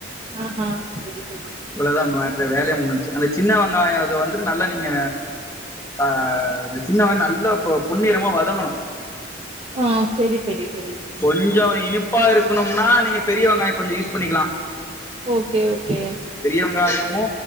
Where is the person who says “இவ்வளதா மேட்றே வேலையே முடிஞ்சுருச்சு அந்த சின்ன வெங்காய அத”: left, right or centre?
Left